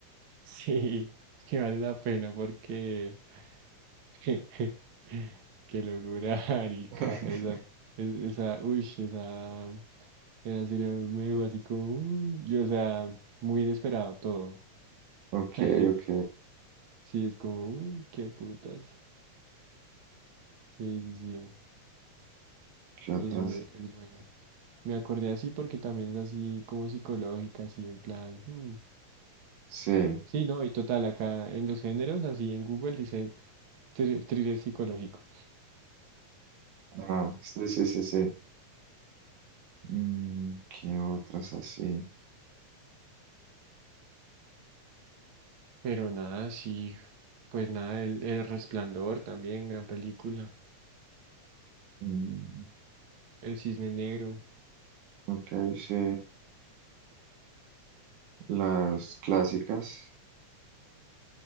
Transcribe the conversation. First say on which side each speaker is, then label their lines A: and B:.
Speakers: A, on the right; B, on the right.
A: sí, <laughs> que vale la pena porque <laughs> qué locura, marica,
B: <laughs>
A: esa, e- esa, uy, esa, esa serie me dijo así como, uy, y, o sea, muy inesperado todo
B: Ok,
A: al final.
B: ok,
A: Sí, es como, uy, qué putas. Sí, sí, sí,
B: ¿qué otras?
A: eh, es buena. Me acordé así porque también es así como psicológica, así en plan, hmm.
B: Sí.
A: Sí, no, y total, acá en los géneros, así en Google dice thr- thriller psicológico.
B: Ah, sí, sí, sí, sí. Mm, ¿qué otras así?
A: Pero nada, sí, pues nada, El, El Resplandor también, gran película.
B: Mm,
A: El Cisne Negro,
B: ok, sí. Las clásicas.